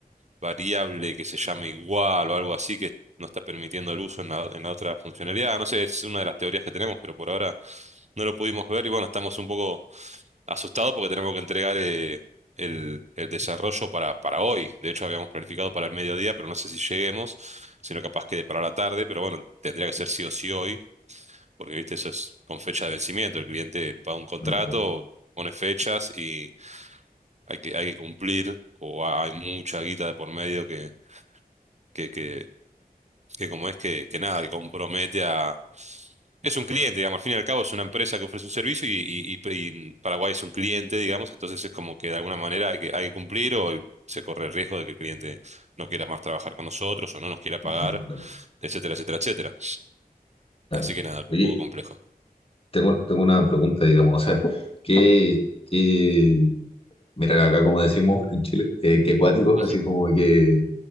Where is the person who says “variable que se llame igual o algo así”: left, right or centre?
Right